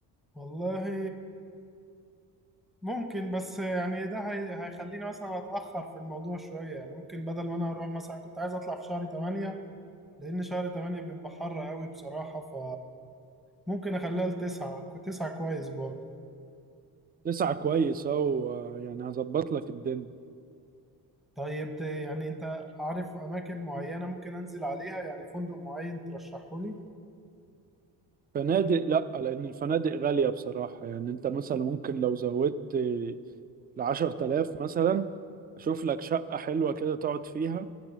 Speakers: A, in the centre; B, on the right.
A: والله ممكن بس يعني ده هي- هيخليني مثلا اتأخر في الموضوع شوية يعني ممكن بدل ما انا اروح مثلا كنت عايز اطلع في شهر 8 لان شهر 8 بيبقى حر قوي بصراحة ف ممكن اخليها لتسعة كو- تسعة كويس برضه
B: تسعة كويس اهو يعني هظبط لك الدنيا
A: طيب ت- يعني انت عارف اماكن معينة ممكن انزل عليها يعني فندق معين ترشحه لي
B: فنادق لا لان الفنادق غالية بصراحة يعني انت مثلا ممكن لو زودت لعشر تلاف مثلا اشوف لك شقة حلوة كده تقعد فيها